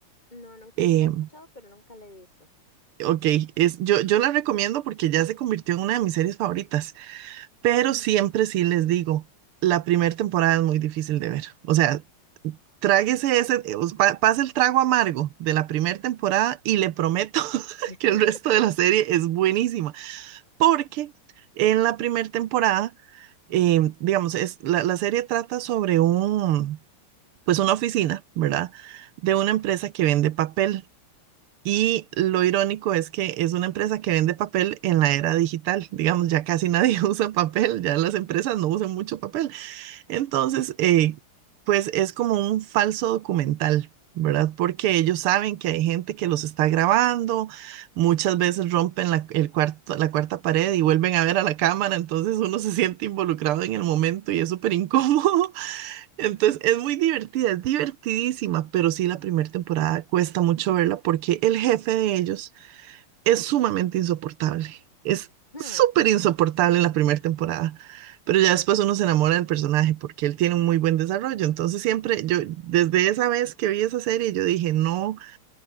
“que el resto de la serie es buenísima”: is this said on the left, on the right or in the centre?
Right